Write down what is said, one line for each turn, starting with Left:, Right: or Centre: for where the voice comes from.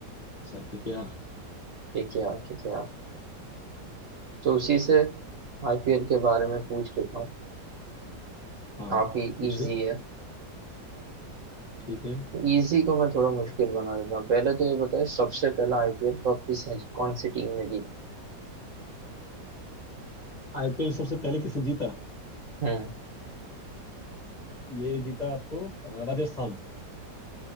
Left: अच्छा ठीक है आप
Right: के के आर के के आर तो उसी से आईपीएल के बारे में पूछ लेता हूँ
Left: हाँ
Right: काफी
Left: पूछिए
Right: इजी है
Left: ठीक है
Right: इजी को मैं थोड़ा मुश्किल बना देता हूँ पहले तो ये बताए सबसे पहला आईपीएल कप किसने जी- कौन सी टीम ने जीता
Left: आईपीएल सबसे पहले किसने जीता
Right: हम्म
Left: ये जीता आपको अ, राजस्थान